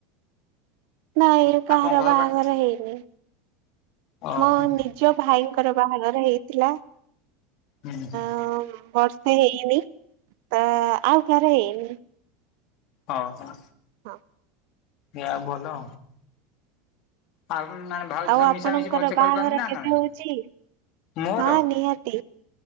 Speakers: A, on the right; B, on the left.
A: ନାଇଁ କାହାର
B: ଆପଣଙ୍କ ଘର
A: ବାହାଘର
B: ପାଖ
A: ହେଇନି
B: ଓହୋ
A: ମୋ
B: ହୁଁ
A: ନିଜ ଭାଇଙ୍କର ବାହାଘର ହେଇଥିଲା।
B: ହୁଁ ହୁଁ।
A: ତ ବର୍ଷେ ହେଇନି ତ ଆଉ କାହାର ହେଇନି।
B: ଓହୋ।
A: ହଁ।
B: ଏ ଆଉ ଭଲ? ଆପଣ ମାନେ ଭାଉଜ
A: ଆଉ
B: ସହ
A: ଆପଣଙ୍କର
B: ମିଶାମିଶି ଭଲସେ
A: ବାହାଘର
B: କରିପାରନ୍ତିିନା
A: କେବେ
B: ନାଇଁ?
A: ହଉଛି?
B: ମୋର
A: ହଁ ନିହାତି